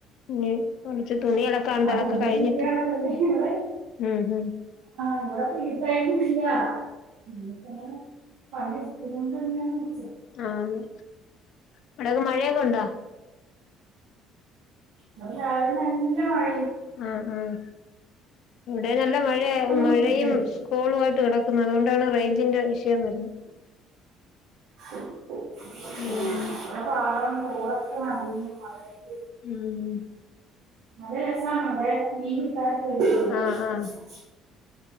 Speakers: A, on the left; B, on the right.
A: ഇനി കുളിച്ചി ട്ട് തുണിയലക്കാനൊണ്ട്.
B: അതുകൊണ്ട്
A: അതൊക്കെ കഴിഞ്ഞിട്ട്
B: ഫ്രീ ആണല്ലോ ഇവിടെ
A: ഉം ഹും
B: <unintelligible>
A: ആഹ് അവിടൊക്കെ മഴയൊക്കെ ഒണ്ടോ?
B: വടെ രാവിലെ നല്ല മഴ
A: ആഹ് ആഹ് ഇവടെ നല്ല മഴയ
B: ഇപ്പൊ ഒന്ന്
A: മഴയും
B: ഒതുങ്ങിയിട്ടുണ്ട്
A: കോളുായിട്ട് കിടക്കുന്നു അതുകൊണ്ടാണ് റെയ്ഞ്ചിന്റെ വിഷയം വരുന്നെ
B: ആഹ്
A: ഉം
B: ഇവിടെ പാടം തോടൊക്കെ നെറഞ്ഞു മഴ പെയ്ത്
A: ഉം
B: നല്ല രസാണവിടെ, മീൻ പിടിക്കാനൊക്കെ <unintelligible>
A: ആഹ് ആഹ്